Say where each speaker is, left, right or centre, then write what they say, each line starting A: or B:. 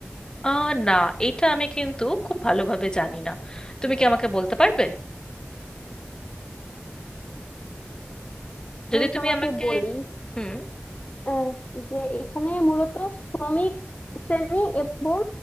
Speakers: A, on the left; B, on the left.
A: আহ না এটা আমি কিন্তু খুব ভালোভাবে জানি না তুমি কি আমাকে বলতে পারবে যদি
B: আমি
A: তুমি
B: তোমাকে
A: আমাকে
B: বলি
A: হুম
B: আহ, যে এখানে মূলত শ্রমিক শ্রেণী এবং